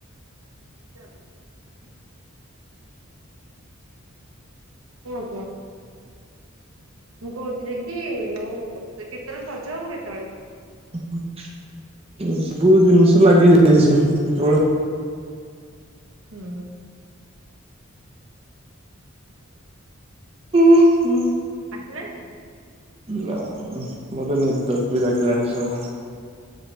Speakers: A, on the right (about 70°); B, on the right (about 30°).
A: ଜରି। କୁହ କୁହ। ମୁଁ କୋହୁଥିଲି କି ହଉ କେତେବେଳେ ସଜ ହବ କେତେବେଳେ?
B: ଉଁ ଏ ସବୁ ଜିନିଷ ଲାଗି ଯାଇଚି ଯେତୋଳେ
A: ହୁଁ।
B: ଉଁ ହୁଁ।
A: ଆସିଲା କି?
B: ଲାଉ ମତେ ନିଦ ବି ଲାଗିଲାଣି ସଳା